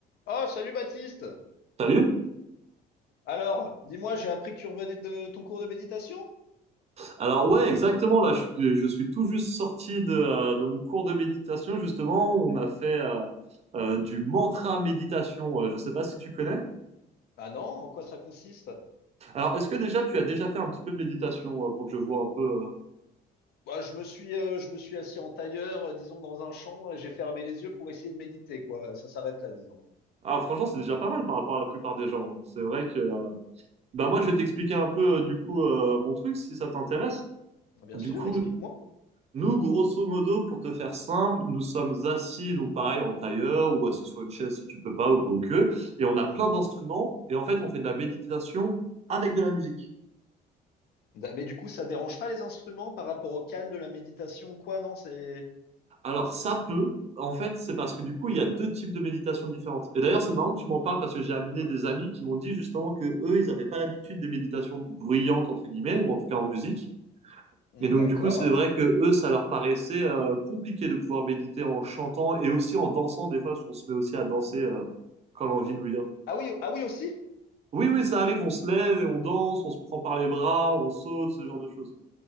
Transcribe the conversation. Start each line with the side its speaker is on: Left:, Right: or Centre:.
Left: Oh, salut Baptiste!
Right: Salut.
Left: Alors, dis-moi, j'ai appris que tu revenais de ton cours de méditation?
Right: Alors ouais, exactement. Là, je suis, je suis tout juste sorti de, euh, de mon cours de méditation. Justement, on a fait euh, euh, du mantra méditation. Euh, je ne sais pas si tu connais.
Left: Ah non, en quoi ça consiste?
Right: Alors, est-ce que déjà tu as déjà fait un petit peu de méditation euh, pour que je vois un peu euh
Left: Bah, je me suis, euh, je me suis assis en tailleur, euh, disons, dans un champ, et j'ai fermé les yeux pour essayer de méditer, quoi. Ça s'arrête là, disons.
Right: Ah, franchement, c'est déjà pas mal par rapport à la plupart des gens. hein. C'est vrai que. euh, Bah moi, je vais t'expliquer un peu euh, du coup euh, mon truc si ça t'intéresse.
Left: Ah, Bien
Right: Du
Left: sûr,
Right: coup,
Left: explique-moi.
Right: Nous, grosso modo, pour te faire simple, nous sommes assis, donc pareil, en tailleur ou assis sur une chaise si tu peux pas ou quoi que, et on a
Left: Mhm.
Right: plein d'instruments, et en fait, on fait de la méditation avec de la musique.
Left: Da- Mais du coup, ça dérange pas les instruments par rapport au calme de la méditation ou quoi, non? C'est...
Right: Alors, ça peut, en fait, c'est parce que du coup, il y a deux types de méditation différentes. Et d'ailleurs, c'est marrant que tu m'en parles parce que j'ai amené des amis qui m'ont dit justement que eux, ils n'avaient pas l'habitude des méditations bruyantes, entre guillemets, ou en tout cas en musique.
Left: Mm, mm,
Right: Et donc,
Left: D'accord.
Right: du coup, c'est vrai que eux, ça leur paraissait euh, compliqué de pouvoir méditer en chantant et aussi en dansant, des fois, parce qu'on se met aussi à danser euh, quand l'envie nous vient.
Left: Ah oui, ah oui aussi?
Right: Oui, oui, ça arrive, on se lève et on danse, on se prend par les bras, on saute, ce genre de choses.